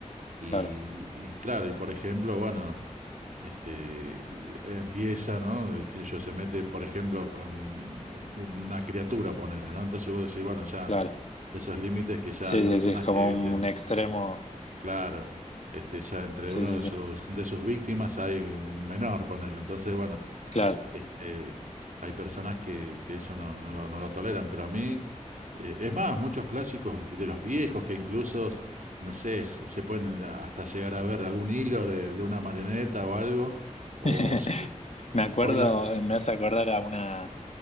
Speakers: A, on the right (about 85°); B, on the left (about 60°).
A: Y,
B: Claro.
A: y claro, y por ejemplo, bueno, este, eh, empieza, ¿no? Eh, Qué sé yo, se mete, por ejemplo, con una criatura, ponele, ¿no? Entonces vos decís, bueno, ya
B: Claro.
A: esos límites que ya
B: Sí,
A: hay
B: sí,
A: personas
B: sí. Es como
A: que, viste,
B: un extremo.
A: Claro, este, ya entre
B: Sí,
A: uno
B: sí,
A: de
B: sí.
A: sus, de sus víctimas hay un menor, ponele. Entonces, bueno,
B: Claro.
A: este, hay personas que, que eso no, no lo, no lo toleran, pero a mí, eh, es más, muchos clásicos de los viejos que incluso, no sé, se, se pueden hasta llegar a ver algún hilo de, de una marioneta o algo, o
B: <laughs>
A: si
B: Me acuerdo,
A: hoy la...
B: me hace acordar a una.